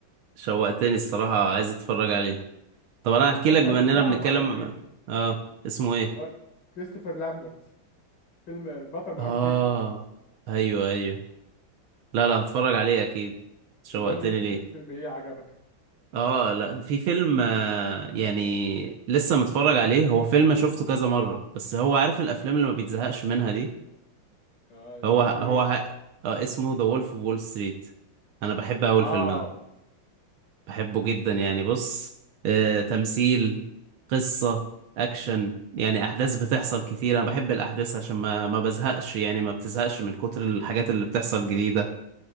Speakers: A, on the right; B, on the left.
A: شوقتني الصراحة عايز اتفرج عليه طب انا
B: والبطل
A: هحكي لك بما
B: بتاعه
A: اننا بنتكلم
B: معروف جدا
A: اه اسمه ايه
B: اللي هو كريستوفر لامبرت فيلم بطل معروف
A: اه
B: جدا
A: ايوه ايوه لا لا هتفرج عليه اكيد شوقتني
B: وقول لي أنت
A: ليه
B: شفت فيلم إيه عجبك
A: اه لا في فيلم آه، يعني لسه متفرج عليه هو فيلم شفته كذا مرة بس هو عارف الافلام اللي ما بيتزهقش منها دي
B: آه اللي
A: هو
B: اسمه
A: هو
B: إيه
A: ه... آه اسمه ذا وولف اوف وول ستريت انا بحب اول
B: واو
A: فيلم ده بحبه جدا يعني بص آه، تمثيل قصة أكشن يعني أحداث بتحصل كتير أنا بحب الأحداث عشان ما ما بزهقش يعني ما بتزهقش من كتر الحاجات اللي بتحصل جديدة